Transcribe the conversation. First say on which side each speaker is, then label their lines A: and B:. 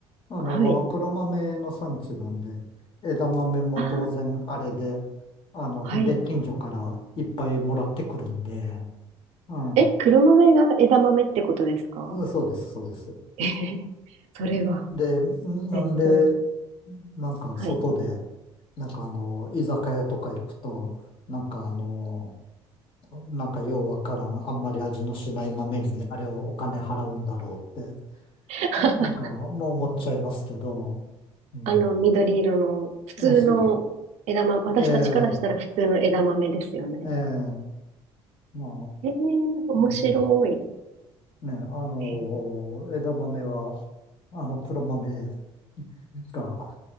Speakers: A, on the left; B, on the right.
A: あの、
B: はい。
A: 黒豆の産地なんで、枝豆も当然あれで、
B: あー、
A: あの、
B: はい。
A: ほんで近所からいっぱいもらってくるんで、うん、
B: え、黒豆が枝豆ってことですか
A: うんそうです、そうです。
B: えへへそれは、
A: で、なんで、
B: 全然。
A: なんか外で、
B: はい。
A: なんかあの、居酒屋とか行くと、なんかあの、なんかようわからん、あんまり味のしない豆に、あれをお金払うんだろうって、
B: <laughs>
A: なんか、まあ思っちゃいますけど、うん。
B: あの、緑色の、普通の枝豆、
A: えそう、
B: 私たちからしたら普通の枝豆ですよね。
A: ええええまあ、
B: ええ面白い。
A: うん、ね、あの、
B: え
A: 枝豆は、あの、黒豆が